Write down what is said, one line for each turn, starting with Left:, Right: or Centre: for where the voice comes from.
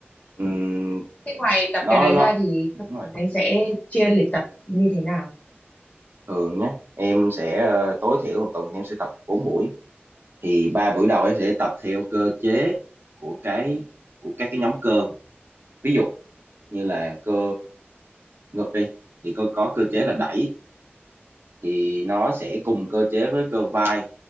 Right: Ừm,
Left: Thế ngoài tập
Right: nó
Left: cái đấy
Right: nó
Left: ra thì
Right: đúng
Left: thông
Right: rồi
Left: thường anh sẽ chia lịch tập như thế nào?
Right: thường nhé em sẽ ờ, tối thiểu một tuần thì em sẽ tập bốn buổi thì ba buổi đầu em sẽ tập theo cơ chế của cái của các cái nhóm cơ ví dụ như là cơ ngực đi thì có có cơ chế là đẩy thì nó sẽ cùng cơ chế với cơ vai